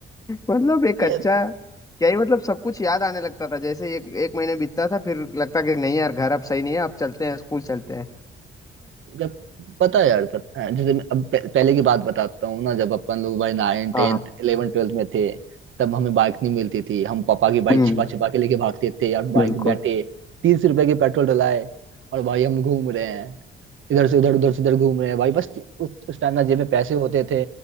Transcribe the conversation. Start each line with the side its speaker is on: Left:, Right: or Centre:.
Left: मतलब एक
Right: अरे
Left: अच्छा क्या ही मतलब सब कुछ याद आने लगता था जैसे एक एक महीना बीतता था फिर लगता कि नहीं यार घर अब सही नहीं है अब चलते हैं स्कूल चलते हैं
Right: जब पता है यार पता है जैसे मैं अब पह- पहले की बात बताता हूँ ना जब अपन लोग भाई नाइन टेंथ
Left: हाँ हाँ।
Right: इलेवन ट्वेल्थ में थे तब हमें बाइक नहीं मिलती थी हम पापा की बाइक
Left: हम्म
Right: छिपा छिपा के लेके भागते थे यार बाइक
Left: बिल्कुल
Right: बैठे तीस रुपए के पेट्रोल डलाए और भाई हम घूम रहे हैं इधर से उधर उधर से उधर घूम रहे हैं भाई बस उस उस टाइम ना जेब में पैसे होते थे